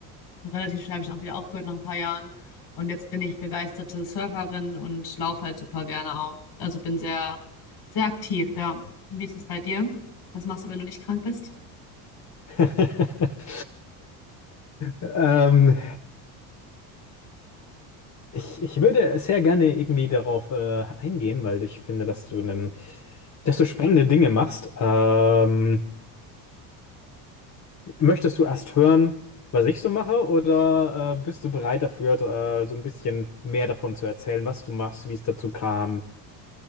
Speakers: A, on the left; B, on the left.
A: äh, relativ schnell habe ich auch wieder aufgehört nach ein paar Jahren und jetzt bin ich begeisterte Surferin und laufe halt super gerne auch. Also bin sehr, sehr aktiv, ja. Und Wie ist es bei dir? Was machst du, wenn du nicht krank bist?
B: <laughs> Ähm, ich, ich würde sehr gerne irgendwie darauf äh, eingehen, weil ich finde, dass du einen dass du spannende Dinge machst. Ähm, möchtest du erst hören, was ich so mache, oder äh, bist du bereit dafür, äh, so ein bisschen mehr davon zu erzählen, was du machst, wie es dazu kam?